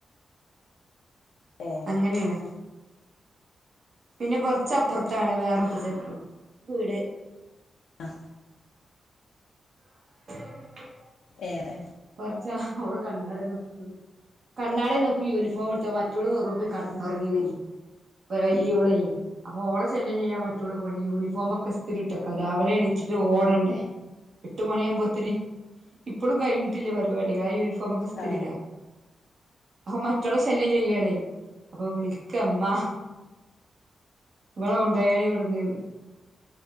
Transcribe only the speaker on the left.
ഏഹ്
അഹ്
ഏറെ
ആ